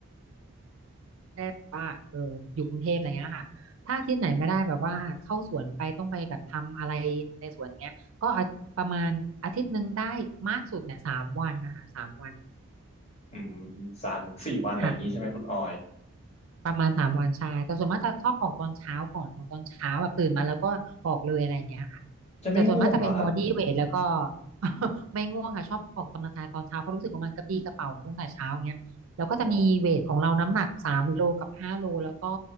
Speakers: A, on the right (about 70°); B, on the left (about 30°).
A: ได้แบบว่าเอออยู่กรุงเทพอะไรเงี้ยค่ะถ้าอาที่ไหนไม่ได้แบบว่าเข้าสวนไปต้องไปแบบทำอะไรในสวนเงี้ย ก็อาประมาณอาทิตย์หนึ่งได้มากสุดเนี่ยสามวันนะคะสามวัน
B: อืมสามถึงสี่วันอะไรอย่างนี้ใช่ไหมคุณออย
A: ค่ะ ประมาณสามวันใช่แต่ส่วนมากจะชอบออกตอนเช้าก่อนออกตอนเช้าแบบตื่นมาแล้วก็ออกเลยอะไรเงี้ยค่ะ
B: จะไม่ง่วงเหรอครับ
A: แต่ส่วนมากจะเป็นบอดี้เวทแล้วก็ <laughs> ไม่ง่วงค่ะชอบออกกำลังกายตอนเช้าเพราะรู้สึกว่ามันกระปรี้กระเป๋าตั้งแต่เช้าอย่างเงี้ยแล้วก็จะมีเวทของเราน้ำหนักสามโลกับห้าโลแล้วก็
B: อ๋อ